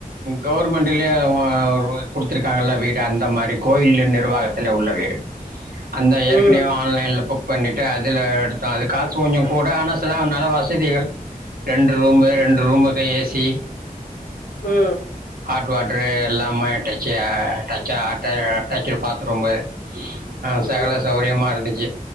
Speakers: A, on the right; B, on the left.
A: கவர்மெண்ட்லயே ஓ குடுத்துருக்காங்கல்ல வீடு அந்த மாதிரி கோயில் நிர்வாகத்துல உள்ள வீடு அந்த ஏற்கனையவே
B: ம்
A: ஆன்லைன்ல புக் பண்ணிட்டு அதுல எடுத்தோம் அது காசு கொஞ்சம் கூட ஆனா சில நல்ல வசதிகள் ரெண்டு ரூமு
B: ம்
A: ரெண்டு ரூமுக்கு ஏசி சீ
B: ம்
A: <unintelligible> எல்லாமே டச்ச டச்ச அது அட்டாச்ச பாத் ரூம்பு ஆஹ்
B: ம்
A: சகல சௌரியமா இருந்துச்சு